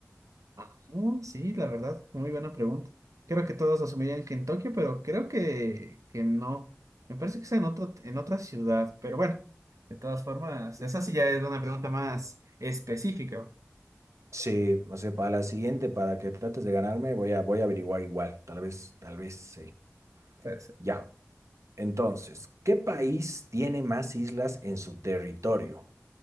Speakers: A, on the right (about 85°); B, on the right (about 65°).
A: Ah, oh, sí, la verdad, muy buena pregunta. Creo que todos asumirían que en Tokio, pero creo que, que no. Me parece que es en otro, en otra ciudad, pero bueno, de todas formas, esa sí ya es una pregunta más específica.
B: Sí, o sea, para la siguiente, para que trates de ganarme, voy a, voy a averiguar igual. Tal vez, tal vez, sí.
A: Puede ser.
B: Ya. Entonces, ¿qué país tiene más islas en su territorio?